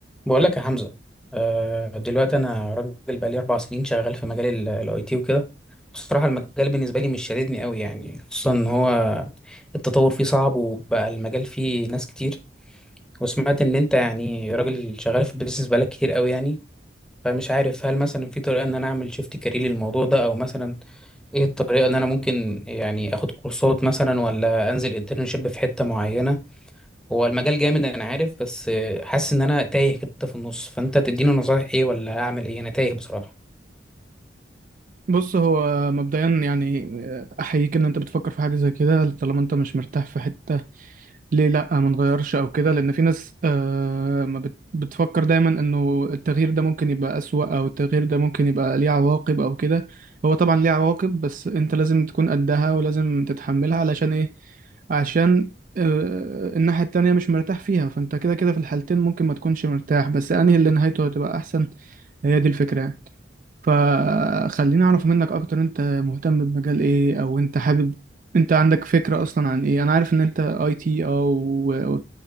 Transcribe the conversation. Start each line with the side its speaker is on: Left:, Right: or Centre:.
Centre: بقول لك يا حمزة آه، دلوقتي أنا راجل بقالي أربع سنين شغال في مجال الأي تي وكده بصراحة المجال بالنسبة لي مش شاددني أوي يعني خصوصا إن هو التطور فيه صعب وبقى المجال فيه ناس كتير وسمعت إن أنت يعني راجل شغال في البيزنس بقالك كتير أوي يعني فمش عارف هل مثلا في طريقة إن أنا أعمل شيفت كارير للموضوع ده أو مثلا إيه الطريقة إن أنا ممكن يعني آخد كورسات مثلا ولا أنزل انترنشيب في حتة معينة هو المجال جامد انا عارف بس حاسس ان انا تايه كده في النص فانت تديني نصايح ايه ولا اعمل ايه انا تايه بصراحه
Right: بص هو مبدئيا يعني آه، احييك ان انت بتفكر في حاجه زي كده طالما انت مش مرتاح في حته ليه لا ما نغيرش او كده لان في ناس آه، ما بت- بتفكر دايما انه التغيير ده ممكن يبقى اسوأ او التغيير ده ممكن يبقى ليه عواقب او كده هو طبعا ليه عواقب بس انت لازم تكون قدها ولازم تتحملها علشان ايه عشان آه، الناحيه التانية مش مرتاح فيها فانت كده كده في الحالتين ممكن ما تكونش مرتاح بس انهي اللي نهايته هتبقى احسن هي دي الفكره يعني فخليني اعرف منك اكتر انت مهتم بمجال ايه او انت حابب انت عندك فكرة اصلا عن ايه انا عارف ان انت اي تي او